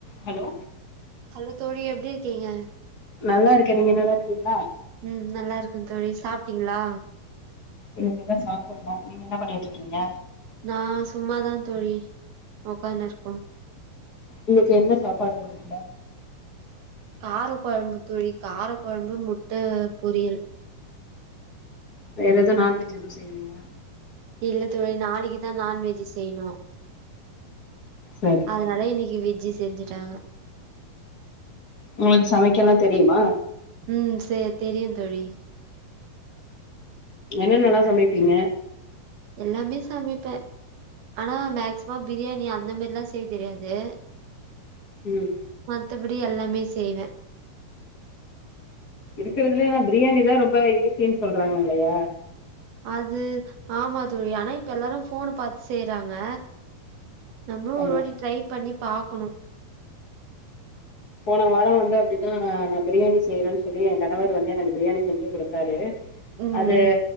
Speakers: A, on the left; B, on the right.
A: Hello
B: hello தோழி எப்டி இருக்கீங்க
A: நல்லா இருக்கே நீங்க நல்லா இருக்கீங்களா
B: ம் நல்லா இருக்க தோழி சாப்ட்டீங்ளா
A: இனிமேதா சாப்புண்ணோ நீங்க என்ன பண்ணியிட்ருக்கீங்க
B: நா சும்மாதா தோழி உக்கானுக்
A: இன்னக்கி என்ன சாப்பாடுங்க
B: காரக் கொழம்பு தோழி காரக் கொழம்பு முட்ட பொரியல்
A: வேற ஏதுவு நண்வெஜ் எதுவு செய்லையா
B: இல்ல தோழி நாளக்கிதா நான்வெஜ் செய்ணு
A: சரி
B: அதுனால
A: சரி
B: இன்னக்கி வெஜ்ஜு செஞ்சுட்டாங்க
A: உங்களுக்கு சமைக்கல்லா தெரியுமா
B: ம் சேரி தெரியுந் தோழி
A: என்னென்னல்லா சமைப்பீங்க
B: எல்லாமே சமைப்ப ஆனா மேக்சிமம் பிரியாணி அந்த மேரில்லா செய்ய தெரியாது
A: ம்
B: த்தபடி எல்லாமே செய்வ
A: இருக்கறதுலயே ஆனா பிரியாணிதா ரொம்ப ஈஸின் சொல்றாங்க இல்லையா
B: அது ஆமா தோழி ஆனா இப்ப எல்லாரு ஃபோன பாத்து செய்றாங்க நம்புளு
A: ஆமா
B: ஒரு வாட்டி ட்ரை பண்ணி பாக்கணு
A: போன வார வந்து அப்டிதா நா பிரியாணி செய்யறன் சொல்லி எ கணவர் வந்து எனக்கு பிரியாணி செஞ்சு குடுத்தாரு
B: ம்
A: அது
B: ம்